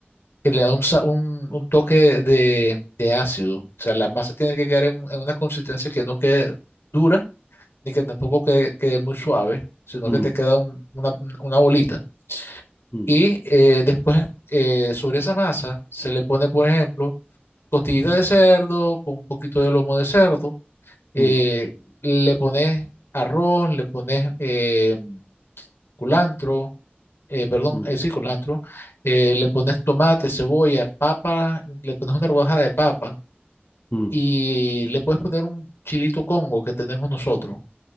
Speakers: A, on the left; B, on the left.
A: que le da un, sa- un- un toque de, de ácido. O sea, la masa tiene que quedar en, un- en una consistencia que no quede dura ni que tampoco quede, quede muy suave, sino
B: Mm,
A: que te queda un- una, una bolita.
B: mm,
A: Y eh, después eh, sobre esa masa se le pone, por ejemplo, costillita de cerdo con un poquito de lomo de cerdo, eh,
B: mm,
A: le pones arroz, le pones eh, culantro, eh, perdón,
B: mm,
A: eh, sí, culantro, eh, le pones tomate, cebolla, papa, le pones una rodaja de papa
B: mm.
A: y le puedes poner un chilito congo que tenemos nosotros